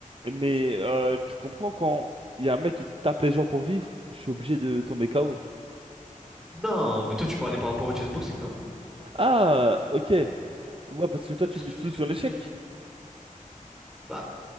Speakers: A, on the right; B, in the centre.
A: Mais euh, tu comprends quand il y a un mec qui tape les gens pour vivre, je suis obligé de tomber KO.
B: Non, mais toi tu parlais par rapport au chessboxing, non?
A: Ah, ok. Ouais, parce que toi,
B: Euh,
A: tu
B: Parce
A: mises
B: que tu m'as
A: tout
B: dit que
A: sur
B: tu voulais
A: l'échec.
B: me mettre. Bah,